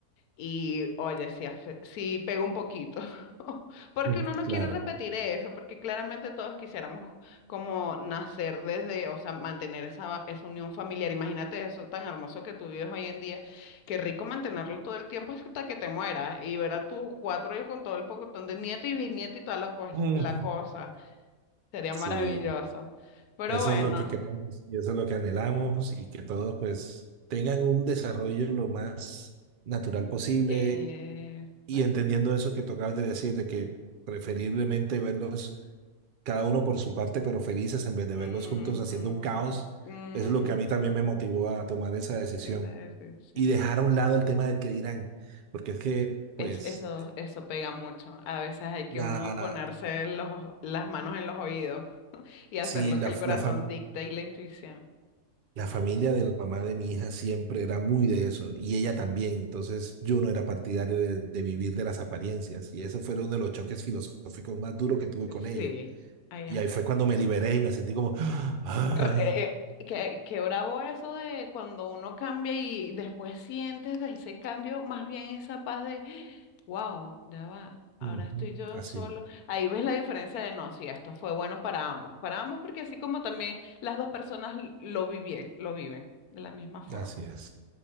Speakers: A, on the left; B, on the right.
A: Y oye, sí, afe- sí pega un poquito, <laughs> porque
B: mm,
A: uno no
B: claro.
A: quiere repetir eso, porque claramente todos quisiéramos como nacer desde, o sea, mantener esa, esa unión familiar. Imagínate eso tan hermoso que tú vives hoy en día. Qué rico mantenerlo todo el tiempo hasta que te mueras y ver a tus cuatro hijos con todo el pocotón de nieto y bisnieto y toda la, cues-
B: Mm,
A: la cosa. Sería
B: sí,
A: maravilloso. Pero
B: eso
A: bueno,
B: es lo que queremos y eso es lo que anhelamos y que todos pues tengan un desarrollo lo más natural posible
A: eh,
B: y
A: exact-
B: entendiendo eso que tocabas de decir, de que preferiblemente verlos cada uno por su parte, pero felices en vez de verlos
A: ujú,
B: juntos haciendo un caos,
A: ujú,
B: es lo que a mí también me motivó a tomar esa decisión.
A: esa es la decisión.
B: y dejar a un lado el tema del que dirán, porque es que,
A: Es,
B: pues,
A: eso, eso pega mucho. A veces hay que
B: la,
A: uno ponerse los, las manos en los oídos y hacer
B: sí,
A: lo
B: la,
A: que el corazón
B: la, fam-
A: dicta y la intuición.
B: la familia de la mamá de mi hija siempre era muy de eso, y ella también, entonces yo no era partidario de, de vivir de las apariencias, y ese fue uno de los choques filosóficos más duros que tuve con
A: Sí,
B: ella,
A: ahí
B: y
A: está.
B: ahí fue cuando me liberé y me sentí como, <gasps> ay,
A: Re- eh, eh, Qué, qué bravo eso de cuando uno cambia y después sientes de ese cambio más bien esa paz de, wow, ya va, ahora
B: ujú".
A: estoy yo
B: así,
A: solo. Ahí ves la diferencia de no, si esto fue bueno para ambos, para ambos porque así como también las dos personas lo viven, lo viven de la misma forma.
B: así es.